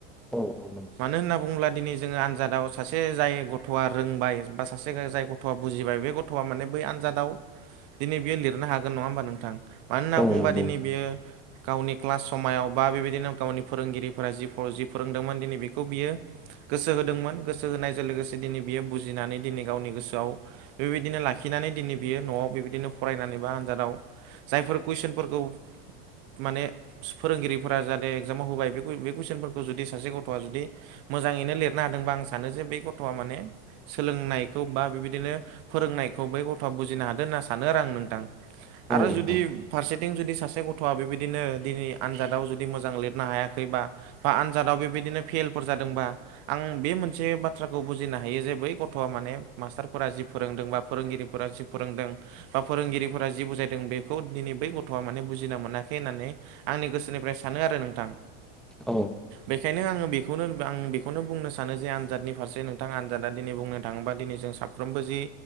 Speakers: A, in the centre; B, on the right.
A: औ नंगौ
B: मानो होनना बुङोब्ला दिनै जोङो आनजादाव सासे जाय गथ'आ रोंबाय बा सासे जाय ग थ'आ बुजिबाय बे गथ'आ माने बै आनजादाव दिनै बियो लिरनो हागोन नङा ओमबा नोंथां? मानो होनना
A: औ
B: बुङोबा
A: नंगौ
B: दिनै बेयो गावनि क्लास समायाव बा बेबायदिनो गावनि फोरोंगिरिफोरा जिखौ जि फोरोंदोंमोन दिनै बेखौ बियो गोसो होदोंमोन गोसो होनायजों लोगोसे दिनै बियो बुजिनानै दिनै गावनि गोसोआव बेबायदिनो लाखिनानै दिनै बियो न'वाव बेबायदिनो फरायनानै बा आनजादाव जायफोर कुइसनफोरखौ माने फोरोंगिरिफोरा जाहाथे एग्जामाव होबाय बे बे कुइसनफोरखौ जुदि सासे गथ'आ जुदि मोजाङैनो लिरनो हादोंबा आं सानो जे बेै गथ'आ माने सोलोंनायखौ बा बेबायदिनो फोरोंनायखौ बै गथ'आ बुजिनो हादों होनना सानो आरो आं नोंथां।
A: औ
B: आरो
A: नंगौ औ
B: जु
A: नंगौ
B: फारसेथिं जुदि सासे गथ'आ बेबायदिनो दिनै आनजादाव जुदि मोजां लिरनो हायाखैबा बा आनजादाव बेबायदिनो फेलफोर जादोंबा आं बे मोनसे बाथ्राखौ बुजिनो हायो जे बै गथ'आ माने मास्टारफोरा जि फोरोंदों बा फोरोंगिरिफोरा जि फोरोंदों बा फोरोंगिरिफोरा जि बुजायदों बे खौ दिनै बै गथ'वा माने बुजिना मोनाखै होननानै आंनि गोसोनिफ्राय सानो आरो नोंथां।
A: औ
B: बेखायनो आङो बेखौनो आं बेखौनो बुंनो सानो जे आनजादनि फारसे नोंथां आनजादा दिनै बुंनो थाङोबा दिनै जों साफ्रोमबो जि